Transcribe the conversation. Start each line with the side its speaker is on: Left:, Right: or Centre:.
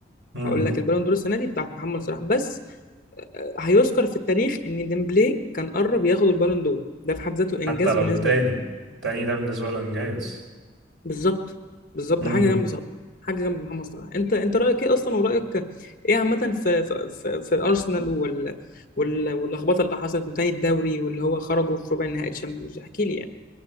Right: امم
Left: هقول لك البالون دور السنه دي بتاعت محمد صلاح بس آه، هيذكر في التاريخ ان ديمبلي كان قرب ياخد البالون دور ده في حد ذاته انجاز
Right: حتى لو
Left: بالنسبه
Right: التاني
Left: لي
Right: التاني ده بالنسبة له إنجاز
Left: بالظبط بالظبط
Right: امم
Left: ده حاجه جنب صلاح حاجه جنب محمد صلاح انت انت رايك ايه اصلا ورايك ايه عامه في في في, في الارسنال وال وال واللخبطه اللي حصلت وتاني الدوري واللي هو خرجوا في ربع نهائي الشامبيونز احكي لي يعني